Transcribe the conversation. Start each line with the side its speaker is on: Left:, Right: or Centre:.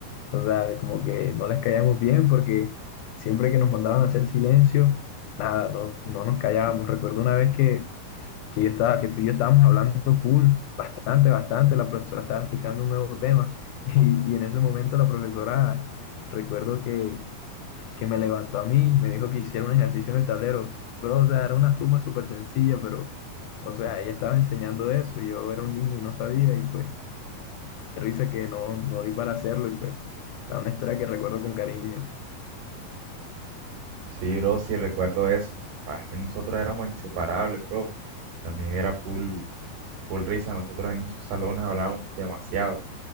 Left: o sea, como que no les caíamos bien porque siempre que nos mandaban a hacer silencio, nada, no, no nos callábamos. Recuerdo una vez que que yo estaba, que tú y yo estábamos hablando full, bastante, bastante, la profesora estaba explicando un nuevo tema <laughs> y, y en ese momento la profesora, recuerdo que, que me levantó a mí, me dijo que hiciera un ejercicio en el tablero, pero o sea, era una suma súper sencilla, pero o sea, ella estaba enseñando eso, yo era un niño y no sabía y pues qué risa que no, no di para hacerlo y pues, o sea, una historia que recuerdo con cariño.
Right: Sí, bro, sí recuerdo eso. Ah, es que nosotros éramos inseparables, bro. También era full, full risa. Nosotros en esos salones hablábamos demasiado.